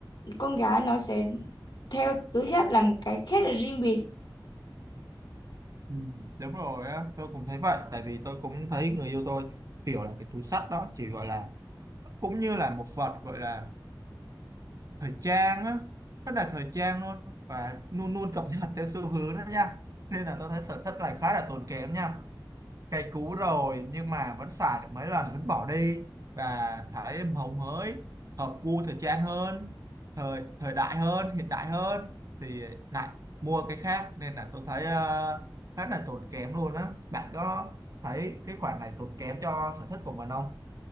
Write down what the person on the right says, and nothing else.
Ừ. đúng rồi á tôi cũng thấy vậy tại vì tôi cũng thấy người yêu tôi kiểu là cái túi sắt đó chỉ gọi là cũng như là một vật gọi là thời trang á rất là thời trang luôn và luôn luôn cập nhật theo xu hướng đó nha nên là tôi thấy sở thích này khá là tốn kém nha cây cũ rồi nhưng mà vẫn xài được mấy lần vẫn bỏ đi và thấy màu mới hợp gu thời trang hơn thời thời đại hơn hiện đại hơn thì lại mua cái khác nên là tôi thấy ờ, khá là tốn kém luôn á bạn có thấy cái khoản này tốn kém cho sở thích của mình không